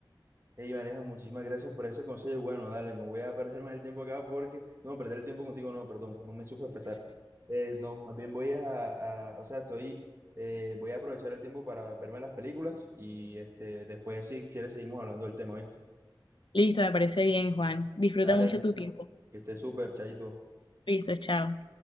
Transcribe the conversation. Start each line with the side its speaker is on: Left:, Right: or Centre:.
Right: Ey, Vanessa, muchísimas gracias por ese consejo. y Bueno, dale, no voy a perder más el tiempo acá porque, no, perder el tiempo contigo, no, perdón, no me supe expresar. Eh, no, más bien voy a, a- o sea, estoy, eh, voy a aprovechar el tiempo para verme las películas y este, después si quieres seguimos hablando del tema, ¿viste?
Left: Listo, me parece bien, Juan. Disfruta
Right: Dale,
Left: mucho tu tiempo.
Right: que esté súper, chayito.
Left: Listo, chao.